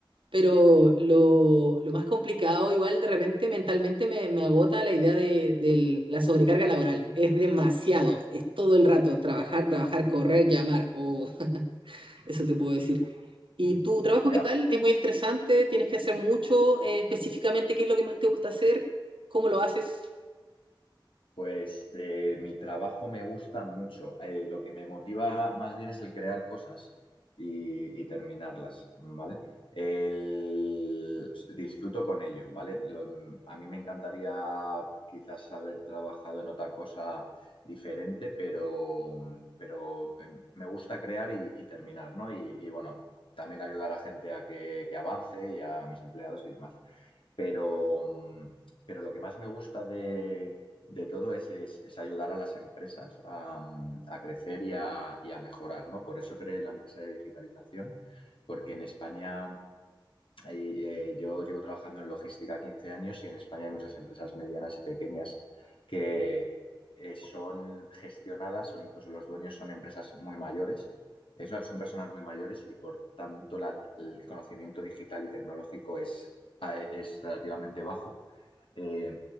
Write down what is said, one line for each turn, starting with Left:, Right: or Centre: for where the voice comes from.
Right: pero lo, lo más complicado, igual de repente mentalmente me, me agota la idea de, del- la sobrecarga laboral. Es demasiado, es todo el rato, trabajar, trabajar, correr, llamar, o eso te puedo decir. ¿Y tu trabajo
Left: Ya,
Right: qué tal? ¿Es muy estresante? ¿Tienes que hacer mucho? Eh, específicamente, ¿qué es lo que más te gusta hacer? ¿Cómo lo haces?
Left: pues eh, mi trabajo me gusta mucho. Eh, lo que me motiva más bien es el crear cosas y, y terminarlas, ¿vale? El- Disfruto con ello, ¿vale? Lo- a mí me encantaría quizás haber trabajado en otra cosa diferente, pero, pero eh, me gusta crear y, y terminar, ¿no? Y, y, bueno, también ayudar a la gente a que, que avance y a mis empleados y demás. Pero, mm, pero lo que más me gusta de, de todo es, es- es ayudar a las empresas a, mm, a crecer y a, y a mejorar, ¿no? Por eso creé la empresa de digitalización, porque en España y, eh, yo llevo trabajando en logística 15 años y en España hay muchas empresas medianas y pequeñas que eh, son gestionadas o incluso los dueños son empresas muy mayores. Eh, son son personas muy mayores y por tanto la- el conocimiento digital y tecnológico es, a- es relativamente bajo eh,